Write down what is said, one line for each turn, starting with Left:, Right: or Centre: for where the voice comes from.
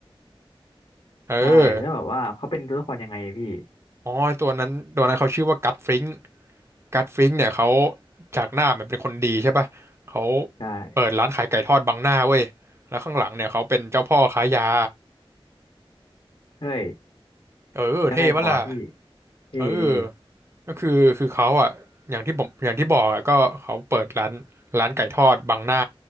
Right: เออ
Left: ใช่แล้วแบบว่าเขาเป็นตัวละครยังไงพี่
Right: อ๋อตัวนั้นตัวนั้นเขาชื่อว่ากัตฟริง กัตฟริงก์เนี่ยเขาจากหน้ามันเป็นคนดีใช่ป่ะเขา
Left: ใช่
Right: เปิดร้านขายไก่ทอดบังหน้าเว้ย แล้วข้างหลังเนี่ยเขาเป็นเจ้าพ่อค้ายา
Left: เฮ้ย
Right: เออเท่ปะล่ะ
Left: แล้วไงต่อพี่เท่ดี
Right: เออก็คือคือเขาอ่ะอย่างที่ผมอย่างที่บอกอ่ะก็เขาเปิดร้านร้านไก่ทอดบังหน้า